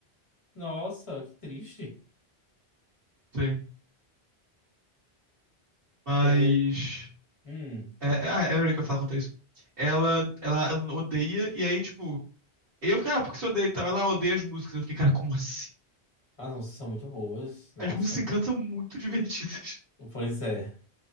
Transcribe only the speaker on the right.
Sim. Mas.
É, é, ah, eu lembrei que eu ia falar quanto a isso. Ela, ela odeia, e aí, tipo. Eu fiquei, ah, porque você odeia e tal. Ela odeia as músicas. Eu fiquei, cara, como assim?
As músicas Encanto são muito divertidas.